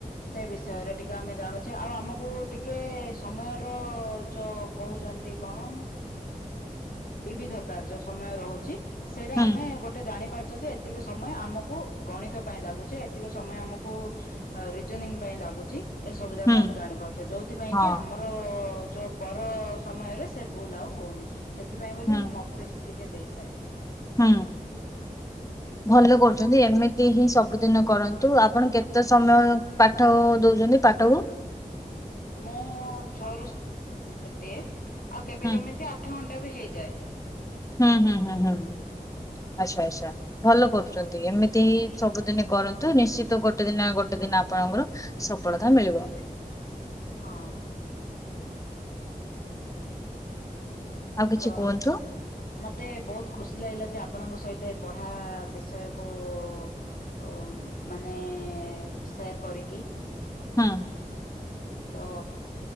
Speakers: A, on the left; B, on the left.
A: ସେ ବିଷୟରେ ଟିକେ ଆମେ ଜାଣୁ ଛେ ଆଉ ଆମକୁ ଟିକେ ସମୟର ଯୋଉ କହୁଛନ୍ତି କଣ ବିବିଧତା ଯୋଉ ସମୟ ରହୁଛି ସେଇଟା
B: ହୁଁ
A: ଆମେ ଗୋଟେ ଜାଣିପାରୁଚୁ ଯେ ଏତିକ ସମୟ ଆମକୁ ଗଣିତ ପାଇଁ ଲାଗୁଛି ଏତିକ ସମୟ ଆମକୁ ରିଜନିଂ ପାଇଁ ଲାଗୁଛି ଏ ସବୁ ଯାକ
B: ହୁଁ
A: ଆମେ ଜାଣିପାରୁଛେ ଯୋଉଥିପାଇଁକି
B: ହଁ
A: ଆମ ଯୋଉ ପର ସମୟରେ ସେ ଭୁଲ ଆଉ ହଉନି ସେଥିପାଇଁ ବୋଲି
B: ହୁଁ
A: ମୁଁ ପଷ୍ଟିକେ ଦେଇଥାଏ।
B: ହୁଁ। ଭଲ କରୁଛନ୍ତି ଏମିତି ହିଁ ସବୁଦିନ କରନ୍ତୁ ଆପଣ କେତେ ସମୟ ପାଠ ଦଉଛନ୍ତି ପାଠକୁ
A: ମୁଁ ଛଅରୁୁ ଦିଏ ଆଉ କେବେ
B: ହୁଁ
A: କେମିତି ଆଠ ଘଣ୍ଟା ବି ହେଇଯାଏ।
B: ହୁଁ ହୁଁ ହୁଁ ହୁଁ ହ ଆଚ୍ଛା ଆଚ୍ଛା। ଭଲ କରୁଛନ୍ତି ଏମିତି ହିଁ ସବୁଦିନ କରନ୍ତୁ ନିଶ୍ଚିତ ଗୋଟେ ଦିନ ଗୋଟେ ଦିନ ଆପଣଙ୍କର। ସଫଳତା ମିଳିବ।
A: ହଁ।
B: ଆଉ କିଛି
A: ତ
B: କୁହନ୍ତୁ
A: ମତେ ବହୁତ ଖୁସି ଲାଗିଲା ଯେ ଆପଣଙ୍କ ସହିତ ପଢା ବିଷୟ କୁ ଓ ମାନେ ସେୟାର କରିକି।
B: ହୁଁ।
A: ତ